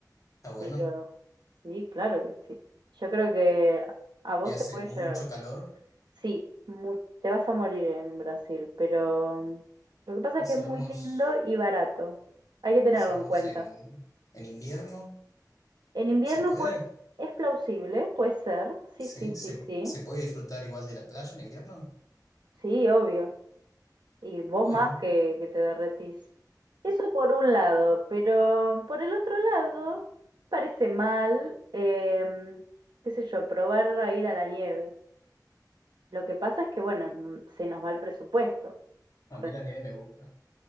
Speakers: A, on the left; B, on the right.
A: Está bueno
B: Pero sí, claro que sí. Yo creo que a vos
A: y hace
B: te puede
A: mucho
B: llegar.
A: calor.
B: Sí, mu- te vas a morir en Brasil, pero mm, lo que pasa
A: ¿Y
B: es
A: si
B: que es muy
A: vamos...
B: lindo y barato. Hay que tenerlo
A: ¿Y si vamos
B: en cuenta.
A: en, en invierno?
B: En invierno,
A: ¿Se puede?
B: pues, es plausible, puede ser. Sí,
A: ¿Sí?
B: sí,
A: ¿Se,
B: sí, sí.
A: se puede disfrutar igual de la playa en invierno?
B: Sí, obvio. Y vos
A: Bueno,
B: más que, que te derretís. Eso por un lado, pero por el otro lado, parece mal, em, qué sé yo, probar a ir a la nieve. Lo que pasa es que, bueno, mm, se nos va el presupuesto
A: a
B: con
A: mí
B: las
A: la nieve me gusta.